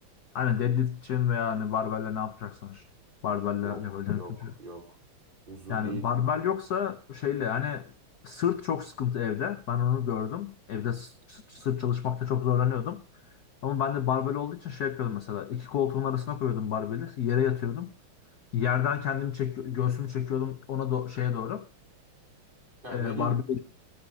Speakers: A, on the left; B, on the right.
A: Aynen deadlift için veya hani barbelle ne yapacaksan işte. Barbelle
B: Yok
A: yapabileceğin
B: yok
A: bütün şey.
B: yok. Uzun
A: Yani
B: değil.
A: barbel yoksa şeyle hani sırt çok sıkıntı evde. Ben onu gördüm. Evde s- s- sırt çalışmakta çok zorlanıyordum. Ama ben de barbel olduğu için şey yapıyordum mesela. İki koltuğun arasına koyuyordum barbeli. Yere yatıyordum. Yerden kendimi çekiyor, göğsümü çekiyordum ona do şeye doğru.
B: Ya
A: E,
B: benim
A: barbeli.